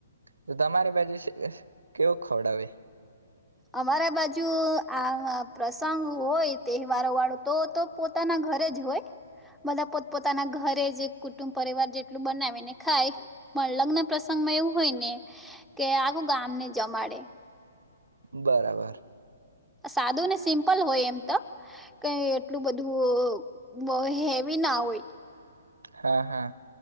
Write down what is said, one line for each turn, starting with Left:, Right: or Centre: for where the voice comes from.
Right: તો તમારી બાજુ કેવું ખવડાવે
Centre: અમારા બાજુ આ પ્રસંગ હોય તહેવારો વાળું તો તો પોતાના ઘરે જ હોય બધા પોત પોતાના ઘરે જ કુટુંબ પરિવાર જેટલું બનાવીને ખાય પણ લગ્ન પ્રસંગમાં એવું હોય ને કે આખું ગામને જમાડે
Right: બરાબર
Centre: સાદું ને સિમ્પલ હોય એમ તો કઈ એટલું બધું હેવી ના હોય
Right: હા હા